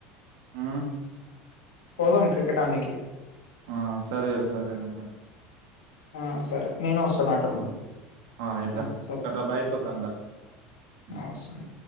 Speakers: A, on the right; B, on the left.
A: ఊ
B: పోదాం క్రికెట్ ఆడడానికి
A: ఆ సరే సరేలేనా
B: ఆ సరే నేను వస్తానటు
A: ఆ ఆ ఇటురా
B: అ సరే
A: గట్రా బయటకి వత్తాను దా హ్మ్.
B: అ సరే